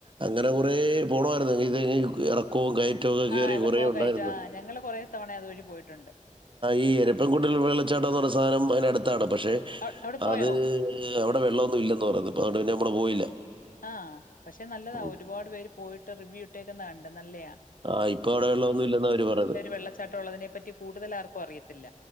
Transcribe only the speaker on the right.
അങ്ങനെ കുറെ പോണമായിരുന്നു ഇതെ ഇറക്ക കോ ഗൈ
കുറ ഉണ്ടായി
ഈ എരപ്പൻകുട്ട വെള്ളച്ചാടന്ന് സാധനം അ അടുത്താണ് പക്ഷെ
അത് അവിടെ വെള്ളമൊന്നും ഇല്ലന്ന് പറ അവിടെ പോയില്ല
ഉം.
ആഹ് ഇപ്പൊ അവിടെ വെള്ള ഒന്നും ഇല്ലെന്ന അവര് പറയത്